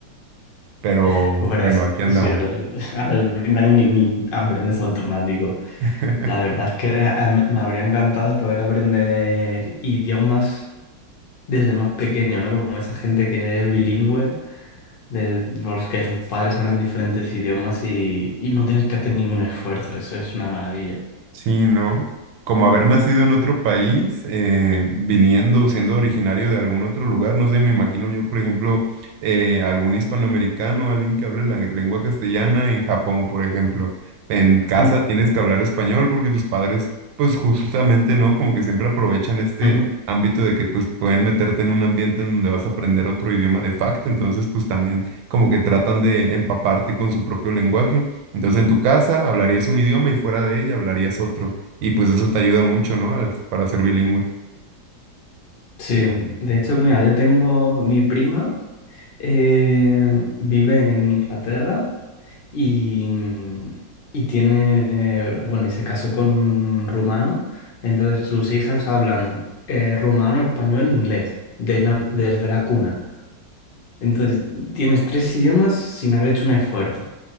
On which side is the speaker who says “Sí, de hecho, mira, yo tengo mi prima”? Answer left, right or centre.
Left